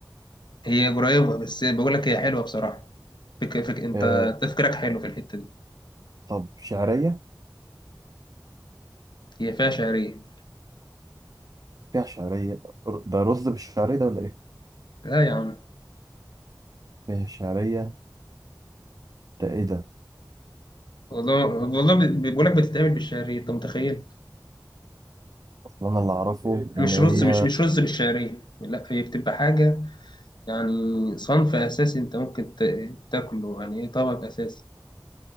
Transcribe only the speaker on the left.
هي قريبه بس بقول لك هي حلوه بصراحه فك... فك... انت
تفكيرك حلو في الحته دي
هي فيها شعريه
لا يا عم
والله والله بقول لك بتتعمل بالشعريه انت متخيل
مش
رز
مش مش رز بالشعريه لا هي بتبقى حاجه يعني صنف أساسي أنت ممكن ت- تاكله يعني إيه طبق أساسي